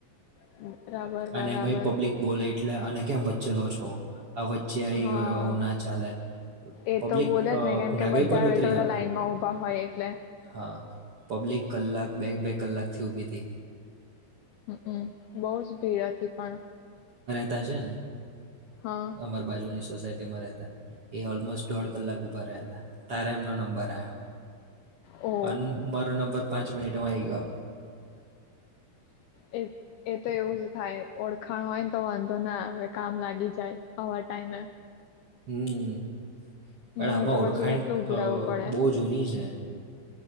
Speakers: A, on the left (about 75°); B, on the right (about 45°).
A: હમ્મ <inaudible> બરાબર
B: અને
A: બરાબર.
B: એમાંય પબ્લિક બોલે એટલે અને કેમ વચ્ચે લો છો. આ વચ્ચે આવી
A: હા
B: ગયો આવું ના ચાલે
A: એ
B: પબ્લિક
A: તો બોલે જ ને કેમ કે
B: નાગાઈ
A: બધા
B: પર
A: હવે
B: ઉતરી
A: તો બધા
B: આવે.
A: લાઈનમાં ઊભા હોય એટલે
B: હા પબ્લિક કલાક બે બે કલાકથી ઊભીતી.
A: <inaudible> બહુ જ ભીડ હતી પણ.
B: તા છે ને
A: હા
B: અમાર બાજુની સોસાયટીમાં રહેતા એ ઓલમોસ્ટ દોઢ કલાક ઊભા રહ્યા હતા તારે એમનો નંબર આયો.
A: ઓ
B: અને મારો નંબર પાંચ મિનિટમાં આઈ ગયો.
A: એ એ તો એવું જ થાય ઓળખાણ હોય ને તો વાંધો ના આવે કામ લાગી જાય. અવા ટાઈમે
B: હમ્મ.
A: નહી
B: પણ આમાં
A: તો
B: ઓળખાણ
A: પછી કેટલું ઊભું રહેવું પડે
B: બહુ જૂની છે.